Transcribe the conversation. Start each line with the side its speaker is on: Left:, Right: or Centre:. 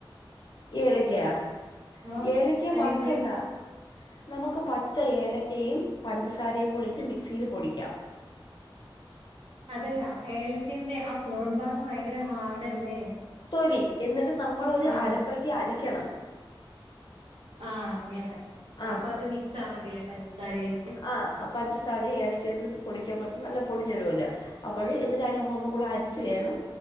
Left: ഈ ഏലക്കയാ-
Right: ആഹ്
Left: ഏലക്ക
Right: അല്ലെങ്കില്
Left: വറ്ക്കണ്ട നമുക്ക് പച്ച ഏലക്കയും പഞ്ചസാരയും കൂടിയിട്ട് മിക്സിയില് പൊടിക്കാം-
Right: അതല്ല ഏലക്കന്റെ ആ പൊറം ഭാഗം ഭയങ്കര ഹാർഡല്ലേ?
Left: തൊലി എന്നിട്ട് നമ്മൾ ഒരു
Right: ആഹ്
Left: അരപ്പക്ക് അരിക്കണം-
Right: ആഹ് അങ്ങനെ
Left: ആഹ്
Right: അപ്പൊ അത് മിക്സ് ആ മതില്ലേ പഞ്ചസാരയിട്ട്.
Left: ആഹ് പഞ്ചസാരയും ഏലക്ക ആയിട്ട് പൊടിക്കാൻ പറ്റും നല്ല പൊടിഞ്ഞുവരുവല്ലോ അപ്പഴ്‌ എന്നിട്ട് അതിനെ നമ്മള് ഒന്നും കൂടെ അരിച്ചു വേണം